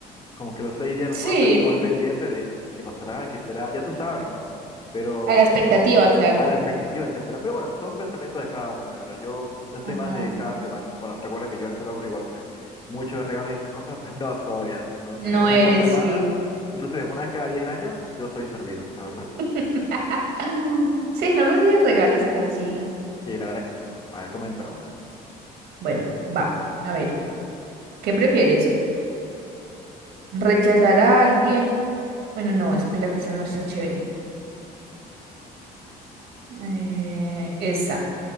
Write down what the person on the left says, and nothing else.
como que los seis días de la
semana estás como al pendiente de qué pasará, qué será, ya tú sabes, ¿no? Pero
eh,
a la expectativa de qué será. Pero bueno, son pensamientos de cada uno, la verdad. Yo, yo estoy
más de cada semana. Bueno, recuerda que yo al ser hombre igual, pues, muchos de regalos y esas cosas, pues no soy. Entonces,
una
vez por semana,
inclusive una vez cada 10 años, yo estoy servido, la verdad.
Sí, la verdad que sí. A ver, coméntame una.